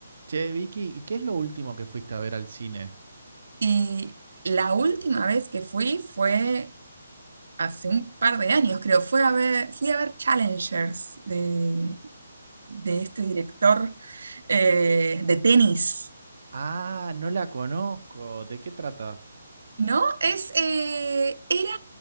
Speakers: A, on the right; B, on the right.
A: Che, Vicky, ¿y qué es lo último que fuiste a ver al cine?
B: Y la última vez que fui fue hace un par de años, creo. Fue a ver, fui a ver Challengers de, de este director eh, de tenis,
A: Ah, no la conozco. ¿De qué trata?
B: ¿no? Es, eh, era,